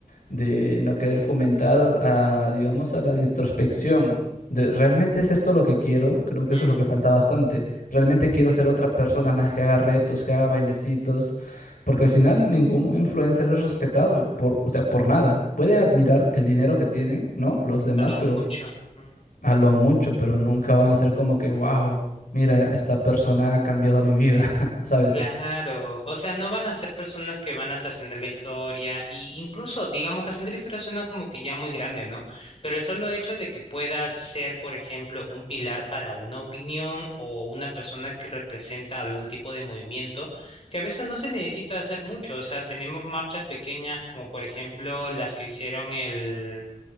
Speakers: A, on the left (about 85°); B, on the left (about 45°).
A: De no querer fomentar a, digamos, a la introspección. De, ¿realmente es esto lo que quiero? Creo que
B: mm,
A: eso es lo que falta bastante. Realmente quiero ser otra persona más que haga retos, que haga bailecitos, porque al final ningún influencer es respetado eh, por, o sea, por nada. Pueden admirar el dinero que tienen, ¿no? Los demás,
B: A lo
A: pero
B: mucho. Mm,
A: a lo mucho, pero nunca van a ser como que, wow, mira, esta persona ha cambiado mi vida, <laughs> ¿sabes?
B: Claro. O sea, no van a ser personas que van a trascender la historia. Y incluso, digamos, trascender la historia suena como que ya muy grande, ¿no? Pero el solo hecho de que puedas ser, por ejemplo, un pilar para una opinión o una persona que representa algún tipo de movimiento, que a veces no se necesita hacer mucho. O sea, tenemos marchas pequeñas como, por ejemplo, las que hicieron el